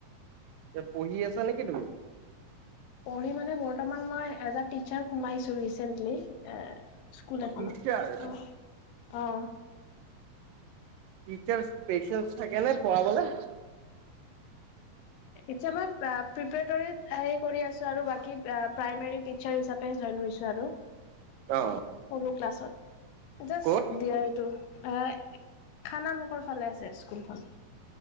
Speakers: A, on the right; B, on the left.
A: এ পঢ়ি আছা নেকি তুমি?
B: পঢ়ি মানে বৰ্তমান মই এজে টিচাৰ সোমাইছো ৰিচেন্টলি। এ স্কুল এখনত
A: টিচাৰ
B: অ অ।
A: টিচাৰ স্পেচেল থাকে ন পঢ়াবলে?
B: এতিয়া মই প্ৰ প্ৰিপেটোৰিত হেই কৰি আছোঁ আৰু প্ৰাইমাৰী টিচাৰ হিচাপে জইন কৰি ছ আৰু
A: অ
B: সৰু ক্লাছত জাষ্ট
A: ক'ত
B: দিয়া এইটো এ খানা মুখৰ ফালে আছে স্কুলখন